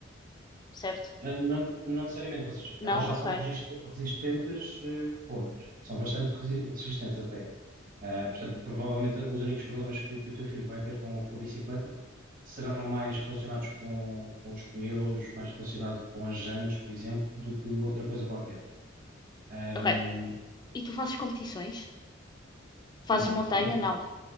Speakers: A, on the left; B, on the right.
A: certo?
B: Eh, Não, não necessariamente, ou seja,
A: Não?
B: elas já
A: Ok.
B: são regis- resistentes, eh, ponto. São bastante resi- resistentes até. Ah, portanto, provavelmente os únicos problemas que, que o teu filho vai ter com, com a bicicleta serão mais relacionados com, com os pneus, mais relacionado com as jantes, por exemplo, do que outra coisa qualquer. Ahm,
A: Ok. E tu fazes competições? Fazes
B: não,
A: montanha?
B: atualmente não.
A: Não.